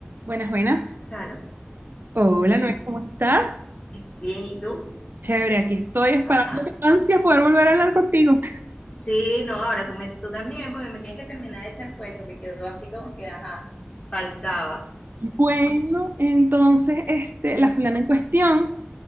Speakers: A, on the right (about 55°); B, on the left (about 25°).
A: Buenas, buenas.
B: Charo.
A: Hola, Noel, ¿cómo estás?
B: Bien, ¿y tú?
A: Chévere, aquí estoy esperando
B: Ajá.
A: con ansias poder volver a hablar contigo.
B: Sí, no, ahora tú, me- tú también, porque me tienes que terminar de echar el cuento, que quedó así como que, ajá, faltaba.
A: Bueno, entonces, este, la fulana en cuestión,